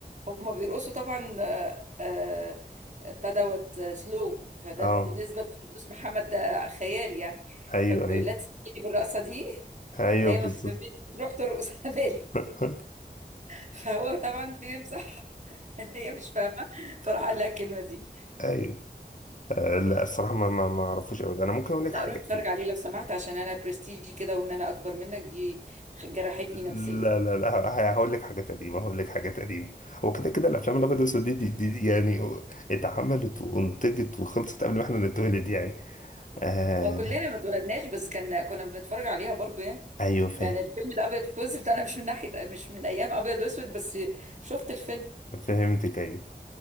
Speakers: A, on the right (about 45°); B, on the left (about 50°).
A: هما بيرقصوا طبعا آه، آه، ابتدوت سلو فده
B: اه
A: بالنسبة لفردوس محمد ده خيال يعني
B: ايوه
A: فبيقول
B: ايوه
A: لها تسمعيني بالرقصة دي
B: ايوه
A: فهي
B: بالظبط
A: ما فهمتش تروح ترقص <laughs> على بالي
B: <laughs>
A: فهو طبعا فهم صح <laughs> ان هي مش فاهمة فراح قال لها الكلمة دي
B: ايوه آه لا الصراحة ما ما ما اعرفوش أوي ده. انا ممكن اقول
A: لا
B: لك حاجة
A: روح اتفرج عليه لو سمحت عشان انا برستيجي كده وان انا اكبر منك دي جرحتني نفسيا
B: لا لا لا ه- هقول لك حاجات قديمة هقول لك حاجات قديمة هو كده كده الأفلام الأبيض والأسود دي, دي, دي يعني اتعملت وانتجت وخلصت قبل ما احنا نتولد يعني آه
A: ما كلنا ما اتولدناش بس كان كنا بنتفرج عليها برضو يعني
B: أيوه فاهم
A: يعني الفيلم ده ابيض واسود انا مش من ناحيه مش من ايام ابيض واسود بس شفت الفيلم
B: فهمتك أيوه